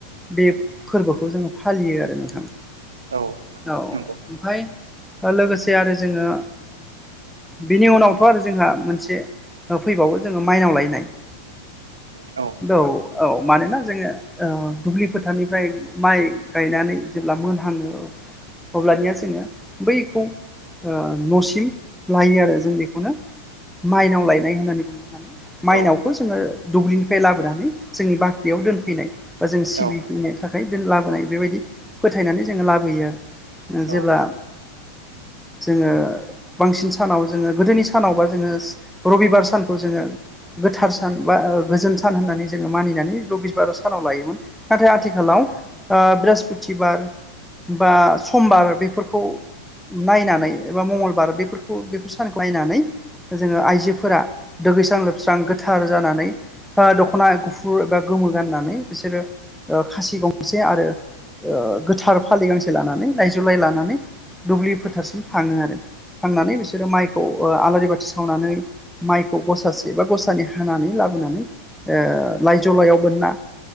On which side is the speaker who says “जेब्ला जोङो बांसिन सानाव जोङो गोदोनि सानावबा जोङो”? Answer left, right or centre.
Centre